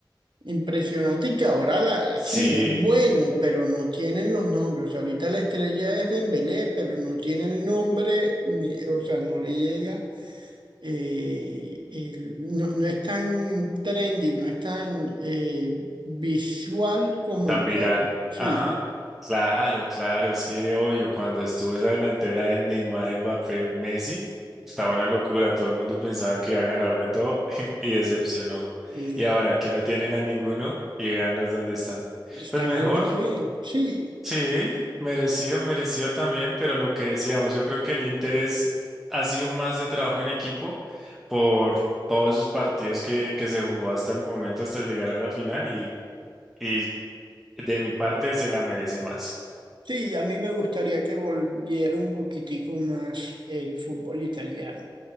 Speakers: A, on the right (about 70°); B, in the centre.
A: Impresionante y que ahora la,
B: Sí,
A: sí, es bueno, pero no tienen los nombres. O sea, ahorita la estrella es Dembélé, pero no tiene el nombre, ni- o sea, no le llega. eh, el- no, no es tan trendy, no es tan eh, visual como
B: Tan
A: los
B: viral.
A: otros. Sí,
B: Ajá. Claro, claro, es que obvio, cuando estuvo esa delantera de Neymar, Mbappé, Messi, estaba una locura, todo el mundo pensaba que iba a ganar de todo <laughs> y decepcionó.
A: y nada.
B: Y ahora que no tienen a ninguno y los donde están,
A: y Están
B: pues mejor,
A: jugando bien. Sí,
B: sí, merecido, merecido también, pero lo que decíamos, yo creo que el Inter es- ha sido más de trabajo en equipo por todos esos partidos que, que se jugó hasta el momento, hasta llegar a la final y y de mi parte se la merece más.
A: sí, a mí me gustaría que volviera un poquitico más el fútbol italiano.